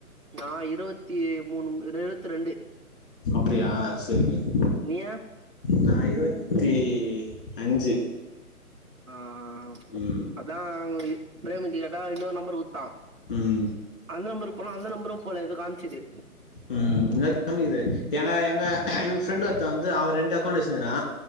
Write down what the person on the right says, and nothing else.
நா இருவத்தி மூண் மு இருவத்தி ரெண்டு
நீயா
ஆ ஆ ஆ
அதா ப்ரேம் ட்ட கேட்டா இன்னொரு நம்பர் குத்தா
அந்த நம்பர்க்கு போனா அந்த நம்பரு போல எதோ காம்ச்சுது